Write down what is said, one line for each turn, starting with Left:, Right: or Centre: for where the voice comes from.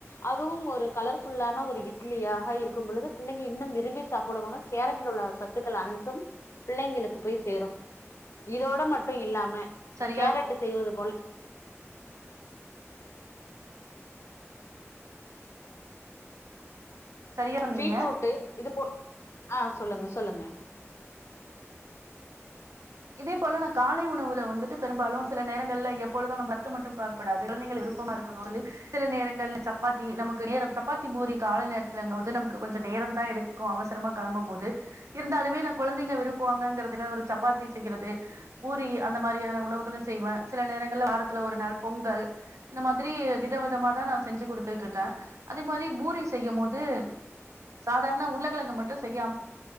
Left: அதுவும் ஒரு கலர்ஃபுல்லான ஒரு இட்லியாக இருக்கும் பொழுது பிள்ளைங்க இன்னும் விரும்பி சாப்பிடுவாங்க கேரட்ல உள்ள சத்துக்கள் அன்த்தும் பிள்ளைங்களுக்கு போய் சேரும் இதோட மட்டு இல்லாம
Right: சரியா
Left: கேரட்டு செய்வது போல
Right: சரியா சொன்னீங்க
Left: பீட்ரூட்டு இது போல் ஆ சொல்லுங்க சொல்லுங்க
Right: இதே போல நா காலை உணவுல வந்துட்டு பெரும்பாலு சில நேரங்கள்ல எப்பொழுது நம்ம பத்த மட்டு பார் க்ககூடாதுனு குழந்தைங்க விருப்பமா இருக்கணு சொல்லி சில நேரங்கள்ல சப்பாத்தி நமக்கு நேரம் சப்பாத்தி பூரி கால நேரத்துலங்க போது நமக்கு கொஞ்சோ நேரம் தா எடுக் கு அவசரமா கெளம்பு போது இருந்தாலுமே நா குழந்தைங்க விருப்புவாங்கறதுக்காக ஒரு சப்பாத்தி செய்யுறது பூரி அந்த மாரியான உணவுகளு செய்வே சில நேரங்கள்ல வாரத்துல ஒரு நாள் பொங்கல் இந்த மாதிரி வித விதமா தா நா செஞ்சு குடுத்துட்டு இருக்கே அதே மாரி பூரி செய்யு போது சாதார்ண உருளக்கெழங்கு மட்டு செய்யா